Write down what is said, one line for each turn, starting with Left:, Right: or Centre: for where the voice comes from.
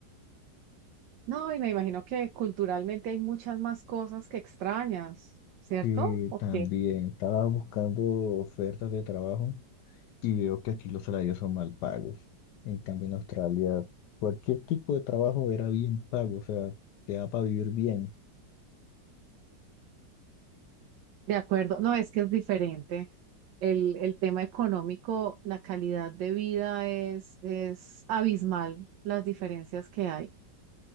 Right: No, y me imagino que culturalmente hay muchas más cosas que extrañas, ¿cierto?
Left: Y
Right: Ok.
Left: también estaba buscando ofertas de trabajo Y veo que aquí los salarios son mal pagos. En cambio, en Australia, cualquier tipo de trabajo era bien pago, o sea, te da para vivir bien.
Right: De acuerdo. No, es que es diferente. El, el tema económico, la calidad de vida es, es abismal, las diferencias que hay.